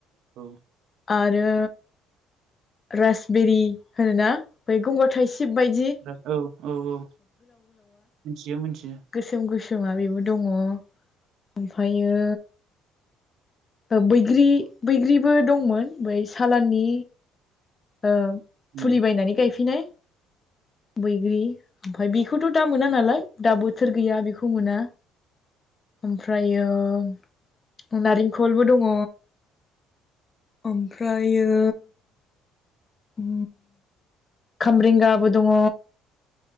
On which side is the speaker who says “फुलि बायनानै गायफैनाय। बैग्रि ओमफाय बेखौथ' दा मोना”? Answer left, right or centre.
Left